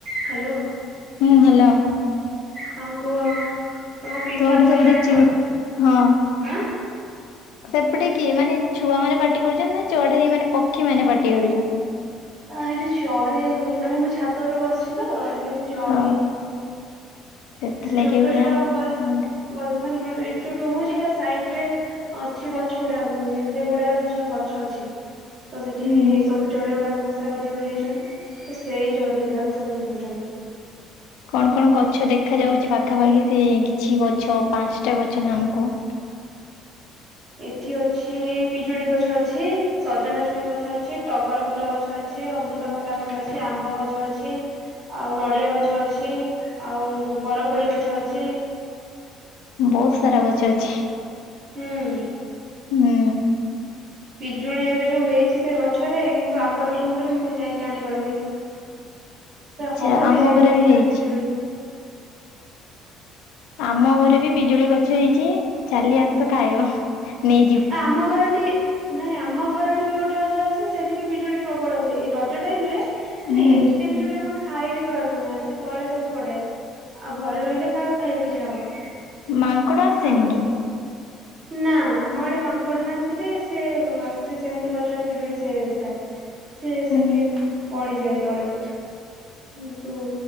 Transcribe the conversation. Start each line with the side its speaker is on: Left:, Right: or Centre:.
Right: Hello.
Left: ହୁଁ hello.
Right: ହଁ କୁହ। ତମ ପିଠା
Left: ତମର
Right: କହିବା
Left: ସେପଟେ ଚିଡ଼
Right: ଆଁ
Left: ହଁ।
Right: ହଁ
Left: ସେପଟେ କିଏ ମାନେ ଛୁଆ ମାନେ ପାଟି କରୁଚନ୍ତି ନା ଚଢ଼େଇ ମାନେ ପକ୍ଷୀ ମାନେ ପାଟି କରୁଚ।
Right: ହଁ ଏଇଠି ଚଢେଇ ମାନେ ମୁଁ ଛାତ ଉପରେ ବସିଛି ତ ସେଇଠି ଚଢେଇ
Left: ଓ ସେଥିଲାଗି
Right: ଛୋଟ
Left: ପୁରା
Right: ଛୋଟ ଆମ ଘ
Left: ସାଉଣ୍ଡ ହେଲା।
Right: ଘର ମାନେ ଏଇଠି ଯୋଉ ରହୁଛି ତା ସାଇଟ୍ ରେ ଅଛି ଗଛ ଗୁଡ଼ା ମେଞ୍ଚେ ଗୁଡ଼ାଏ ଗଛ ଅଛି। ତ ସେଠି
Left: ହୁଁ।
Right: ସବୁ ଚଢ଼େଇ ଗୁଡାକ ବସା କରିକି ରହିଯାଇଚନ୍ତି, ତ ସେଇ ଚଢ଼େଇ ଗୁଡ଼ାକ ସବୁ ଏମିତି ହଉଛନ୍ତି।
Left: କଣ କଣ ଗଛ ଦେଖା ଯାଉଛି ପାଖାପାଖି ସେ କିଛି ଗଛ ପାଞ୍ଚଟା ଗଛ ନା ଆମକୁ।
Right: ଏଠି ଅଛି ପିଜୁଳି ଗଛ ଅଛି। ସଜନା ଛୁଇଁ ଗଛ ଅଛି, ଟଗର ଫୁଲ ଗଛ ଅଛି, ଅମୃତଭଣ୍ଡା ଗଛ ଅଛି, ଆମ୍ବ ଗଛ ଅଛି। ଆଉ ନଡ଼ିଆ ଗଛ ଅଛି, ଆଉ ବରକୋଳି ଗଛ ଅଛି।
Left: ବହୁତ ସାରା ଗଛ ଅଛି।
Right: ହୁଁ।
Left: ହୁଁ
Right: ପିଜୁଳି ଏବେ ଯୋଉ ହେଇଛି ସେ ଗଛରେ କିନ୍ତୁ ଆମର ନୁହଁ ବୋଲି ମୁଁ ନିଜେ ଯାଇକି ଆଣିପାରୁନି। ପୁରା ହଳଦିଆ
Left: ଯା ଆମ
Right: ହେଇଯାଇଛି
Left: ଘରେ ବି ହେଇଛି।
Right: ସେ ପିଜୁଳି
Left: ଆମ ଘରେ ବି ପିଜୁଳି ଗଛ ହେଇଛି ଚାଲି ଆସ ଖାଇବ ନେଇ
Right: ଆମ ଘରଟି ନାଇଁ ଆମ ଘରଠି ବି ଗୋଟେ ଗଛ ଅଛି ସେଠି ବି ପିଜୁଳି ପ୍ରବଳ ହୁଏ ଏଇ ରଜ ଟାଇମ ରେ ମାନେ
Left: ହୁଁ
Right: ଏତେ ପିଜୁଳି ଆମ ଖାଇ ବିି ପାରୁନା ସେ ତଳେ ସବୁ ପଡେ ଆଉ ଘରେ ରହିଲେ କାହାର ଖାଇବାକୁ ଇଚ୍ଛା ହବ।
Left: ମାଙ୍କଡ ଆସେନି
Right: ଆମେ
Left: କି?
Right: ନାଁ। ଆମ ଆଡେ ମାଙ୍କଡ ନାହାଁନ୍ତି ଯେ ସିଏ ସେ ସେମତି ଗଛରେ ପିଜୁଳି ସେମିତି ଥାଏ ‌। ସେ
Left: ହୁଁ
Right: ସେମିତି ପଡ଼ିଯାଏ ତଳେ କିନ୍ତୁ